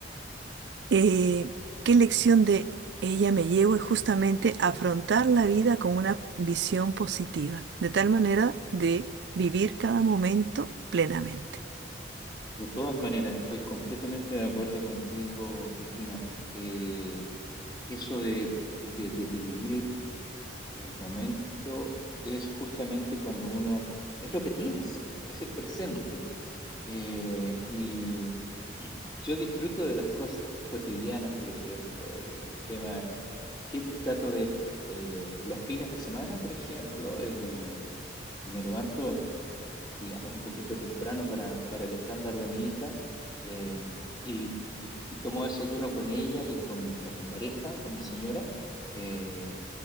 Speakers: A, on the right (about 70°); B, on the left (about 25°).
A: eh, ¿qué lección de ella me llevo? Es justamente afrontar la vida con una visión positiva, de tal manera de vivir cada momento plenamente.
B: De todas maneras, estoy completamente de acuerdo contigo, Cristina. Eh, eso de, de, de- de vivir El momento es justamente cuando uno es lo que tienes, es el presente. Eh, y, y yo disfruto de las cosas cotidianas, por ejemplo, el, el tema, siempre trato de eh, los fines de semana, por ejemplo, eh, me levanto digamos, un poquito temprano para, para el estándar de mi hija, eh, y, y- y tomo desayuno con ella y con mi, con mi pareja, con mi señora, eh,